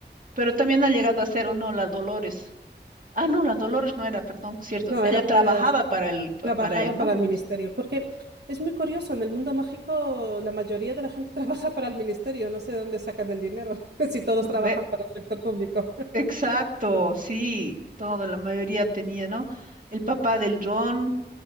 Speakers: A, on the right; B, on the right.
A: Pero también ha llegado a ser o no la Dolores. Ah, no, la Dolores no era, perdón, cierto.
B: No,
A: Ella
B: era,
A: trabajaba
B: era sí,
A: para él, pa-
B: trabajaba
A: para él,
B: para
A: ¿no?
B: el ministerio,
A: Sí.
B: porque es muy curioso, en el mundo mágico la mayoría de la gente <laughs> trabaja para el ministerio, no sé de dónde sacan el dinero, <laughs> si todos
A: ¿No
B: trabajan
A: ve?
B: para el sector público. <laughs>
A: Exacto, sí, toda la mayoría tenía, ¿no? El papá del dron,